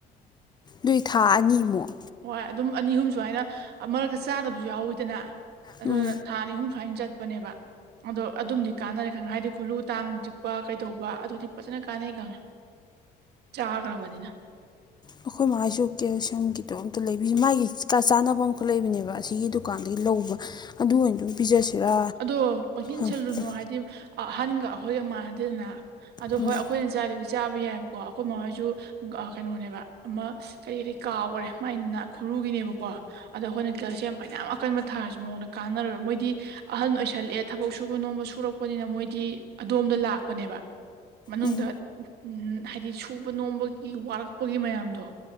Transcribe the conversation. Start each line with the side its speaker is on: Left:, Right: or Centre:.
Left: ꯅꯣꯏ ꯊꯥ ꯑꯅꯤꯃꯨꯛ
Right: ꯍꯣꯏ ꯑꯗꯨꯝ ꯑꯅꯤ ꯑꯍꯨꯝ ꯁꯨ ꯍꯥꯏꯅ ꯃꯔꯛꯇ ꯆꯥꯗꯕꯁꯨ ꯌꯥꯎꯋꯤꯗꯅ ꯑꯗꯨꯅ
Left: ꯎꯝ
Right: ꯊꯥ ꯑꯅꯤ ꯑꯍꯨꯝ ꯁꯨꯃꯥꯏꯅ ꯆꯠꯄꯅꯦꯕ ꯑꯗꯣ ꯑꯗꯨꯝꯗꯤ ꯀꯥꯟꯅꯔꯦ ꯈꯪꯉꯦ ꯍꯥꯏꯗꯤ ꯈꯨꯂꯨ ꯇꯥꯡꯅ ꯆꯤꯛꯄ ꯀꯩꯗꯧꯕ ꯑꯗꯨꯗꯤ ꯐꯖꯅ ꯀꯥꯟꯅꯩ ꯈꯪꯉꯦ ꯆꯥ ꯇꯥꯕꯅꯤꯅ
Left: ꯑꯩꯈꯣꯏ ꯃꯥꯏꯁꯨ ꯀꯦꯜꯁꯤꯌꯝꯒꯤꯗꯣ ꯑꯝꯇ ꯂꯩꯕꯤꯁ ꯃꯥꯒꯤꯀ ꯆꯥꯅꯕ ꯑꯃꯈꯛ ꯂꯩꯕꯅꯦꯕ ꯑꯁꯤꯒꯤꯗꯨ ꯗꯨꯀꯥꯟꯗꯒꯤ ꯂꯧꯕ ꯑꯗꯨ ꯑꯣꯏꯅ ꯑꯗꯨꯝ ꯄꯤꯖꯁꯤꯔꯥ
Right: ꯑꯗꯣ ꯄꯪꯁꯤꯟ
Left: ꯎꯝ
Right: ꯁꯤꯜꯂꯨꯅꯣ
Left: ꯎꯝ
Right: ꯍꯥꯏꯗꯤ ꯑꯍꯒ ꯑꯩꯈꯣꯏꯒ ꯃꯥꯟꯅꯗꯦꯗꯅ ꯑꯗꯨ
Left: ꯎꯝ
Right: ꯍꯣꯏ ꯑꯩꯈꯣꯏ ꯆꯥꯗꯕꯤ ꯆꯥꯕ ꯌꯥꯏꯑꯕꯀꯣ ꯑꯩꯈꯣꯏ ꯃꯈꯣꯏꯁꯨ ꯀꯩꯅꯣꯅꯦꯕ ꯑꯃ ꯀꯔꯤ ꯀꯔꯤ ꯀꯥꯎꯈꯔꯦ ꯃꯥꯏꯅꯥ ꯈꯨꯔꯨꯒꯤꯅꯦꯕꯀꯣ ꯑꯗꯣ ꯑꯩꯈꯣꯏꯅ ꯀꯦꯜꯁꯤꯌꯝ ꯐꯅꯌꯥꯝ ꯌꯥꯝ ꯑꯀꯟꯕ ꯊꯥꯔꯁꯨ ꯃꯉꯣꯟꯗ ꯀꯥꯟꯅꯔ ꯃꯣꯏꯗꯤ ꯑꯍꯟ ꯑꯣꯏꯁꯜꯂꯛꯑꯦ ꯊꯕꯛ ꯁꯨꯕ ꯅꯣꯝꯕ ꯁꯨꯔꯛꯄꯅꯤꯅ ꯃꯣꯏꯗꯤ ꯑꯗꯣꯝꯗ ꯂꯥꯛꯄꯅꯦꯕ ꯃꯅꯨꯡꯗ
Left: ꯎꯝ
Right: ꯎ ꯍꯥꯏꯗꯤ ꯁꯨꯕ ꯅꯣꯝꯕꯒꯤ ꯋꯥꯔꯛꯄꯒꯤ ꯃꯌꯥꯝꯗꯣ